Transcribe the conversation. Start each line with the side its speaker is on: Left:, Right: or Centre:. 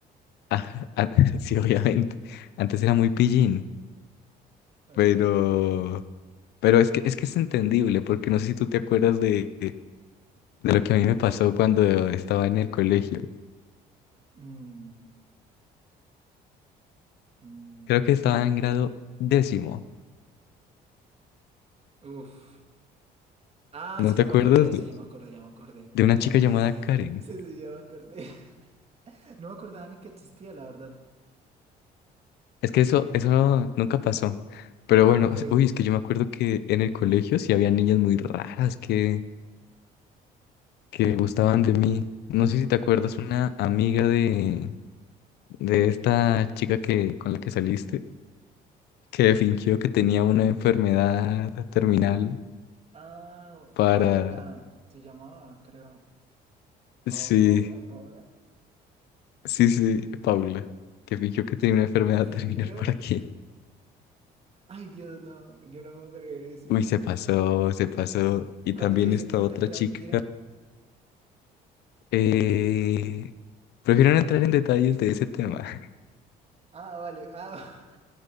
Left: <laughs> ah, an- sí, obviamente, antes era muy pillín.
Right: Ok.
Left: Pero, pero es que, es que es entendible, porque no sé si tú te acuerdas de, de lo que a mí me pasó cuando estaba en el colegio.
Right: mm, Mm,
Left: Creo que estaba en grado décimo.
Right: uf. Ah,
Left: ¿No
Right: sí,
Left: te
Right: ya
Left: acuerdas
Right: me acordé,
Left: de,
Right: sí, ya me acordé, ya me acordé.
Left: de una
Right: <laughs>
Left: chica llamada Karen?
Right: Sí, sí, ya me acordé. <laughs> No me acordaba ni que existía, la verdad.
Left: Es que eso, eso nunca pasó. Pero
Right: Ah,
Left: bueno,
Right: ok.
Left: o sea, uy, es que yo me acuerdo que en el colegio sí había niñas muy raras que, que gustaban de mí. No sé si te acuerdas una amiga de, de esta chica que, con la que saliste, que fingió que tenía una enfermedad terminal.
Right: Ah,
Left: para...
Right: Paula, se llamaba, creo. Pa-
Left: Sí,
Right: Paula, Paula.
Left: sí, sí, Paula, que fingió que tenía una enfermedad
Right: Fingió.
Left: <laughs> terminal para que...
Right: Ay, Dios, no, yo no me puedo creer eso.
Left: Uy, se pasó, se pasó.
Right: ¿Y
Left: Y
Right: cuándo
Left: también
Right: te diste
Left: esta
Right: cuenta
Left: otra
Right: que era
Left: chica.
Right: mentira?
Left: Eh, prefiero no entrar en detalles de ese tema. <laughs>
Right: Ah, vale, ah,